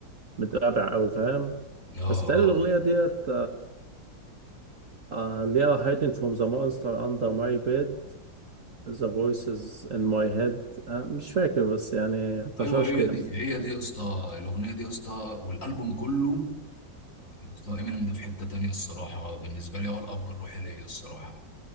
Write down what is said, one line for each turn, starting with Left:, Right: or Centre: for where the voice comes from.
Right: متابع قوي فاهم
Left: اه
Right: بس بتهيألي الاغنيه
Left: اه
Right: ديت آه ليها hiding from the monster under my bed the voices in my head آه مش فاكر بس يعني طشاش
Left: ايوه هي
Right: كده
Left: دي هي دي يا اسطى الاغنيه دي يا اسطى والالبوم كله اسطى امينيم ده في حتة تانية الصراحة بالنسبة لي هو الأب الروحي ليا الصراحة